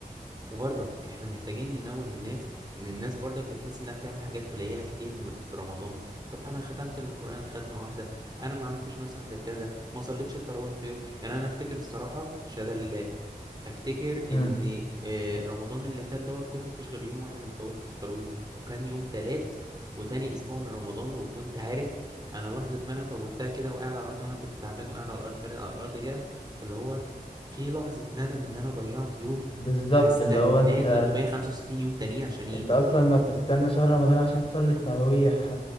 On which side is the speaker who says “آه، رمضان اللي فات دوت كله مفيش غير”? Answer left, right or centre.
Right